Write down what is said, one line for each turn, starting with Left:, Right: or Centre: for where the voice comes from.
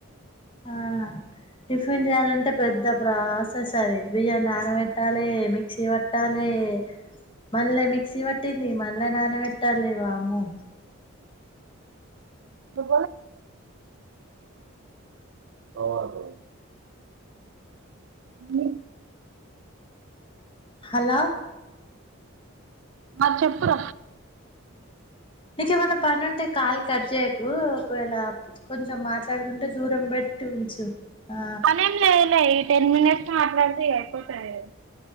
Left: ఆ టిఫిన్ చేయాలంటే పెద్ద ప్రాసెస్ అది, బియ్యన్ని నానబెట్టాలె, మిక్సీ పెట్టాలె. టె మళ్ళ మిక్సీ వట్టింది, మళ్ళ నాన్న బెట్టాలె వామ్మో.
Right: నువ్వు పోలే మీ
Left: హలో
Right: ఆ చెప్పుర
Left: నీకేమన్న పని ఉంటే కాలు కట్ చేయకు ఒకవేళ కొంచెం మాట్లాడుకుంటే దూరం బట్ ఉంచు ఆ
Right: అనే ఏం లేలే ఈ టెన్ మినిట్స్ మాట్లాడితే ఇగ అయిపోతది.